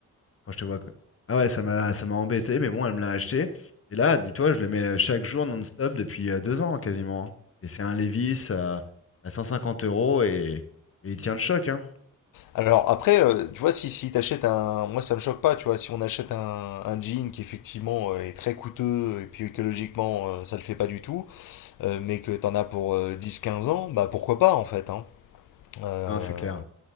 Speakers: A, on the left; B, on the left.
A: quand je te vois que... Ah ouais, ça m'a ça m'a embêté, mais bon, elle me l'a acheté. Et là, dis-toi, je le mets euh, chaque jour non-stop depuis euh, deux ans quasiment. hein. Et c'est un Levi's à, à 150 euros et, et il tient le choc, hein.
B: Alors après, euh, tu vois, si, si t'achètes un... Moi, ça me choque pas, tu vois, si on achète un, un jean qui effectivement euh, est très coûteux et puis écologiquement, euh, ça le fait pas du tout, euh, mais que t'en as pour euh, 10-15 ans, bah pourquoi pas en fait, hein. Euh,
A: Non, c'est clair.